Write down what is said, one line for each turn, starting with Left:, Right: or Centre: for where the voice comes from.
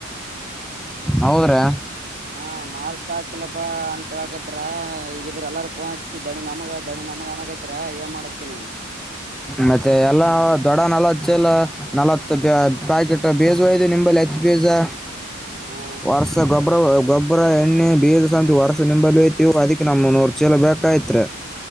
Centre: ಹೌದ್ರಿ
Right: ಹಾ ಮಾಲ್ ಾಕಲಪ್ಪ ಅಂತ ಹೇಳಕತಿರ ಈಗ ಇದ್ರ ಎಲ್ಲಾರ ಪ ಹಚ್ಚಿ ದಣಿ ನಮಗ ದಣಿ ನಮಗ ಅನಕೈತ್ರ ಎ ಮಡತಿನ
Centre: ಮತ್ತೆ ಎಲ್ಲಾ ದೊಡ್ಡ ನಲವತ್ ಎಲ್ಲ ನಲವತ್ತು ಪ್ಯಾಕೆಟ್ ಬೇಜ್ ಇದು ನಿಂಬಲ್ಲಿ ಹಚ್ಚ ಗಜಾ
Right: ಹಾ
Centre: ವರ್ಷ ಗೊಬ್ರ ಗೊಬ್ಬರ ಎಣ್ಣೆ ಬೀಜ ಸಮತಿ ವರ್ಷ ನಿಂಬಲ್ಲಿ ಹಯತವು ಅದಕ್ಕೆ ನಮ್ ನೂರು ಚೀಲ ಬೇಕ ಕತೃ